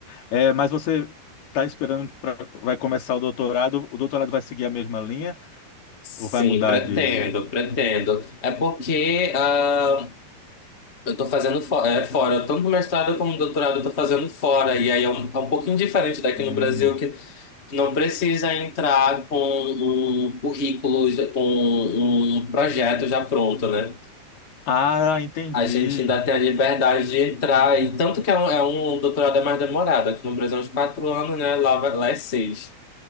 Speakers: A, on the left (about 75°); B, on the left (about 30°).
A: É, mas você está esperando para vai começar o doutorado? O doutorado vai seguir a mesma linha
B: Sim,
A: ou vai mudar
B: pretendo,
A: de?
B: pretendo. É porque ah, eu tô fazendo fo- é, fora, tanto o mestrado como o doutorado eu tô fazendo fora, e aí é um, é um pouquinho diferente daqui
A: Hum.
B: no Brasil, que não precisa entrar com um currículo, já- com um projeto já pronto, né?
A: Ah, entendi.
B: A gente ainda tem a liberdade de entrar, e tanto que é um, é um doutorado é mais demorado, aqui no Brasil é uns quatro anos, né? Lá, vai- lá é seis.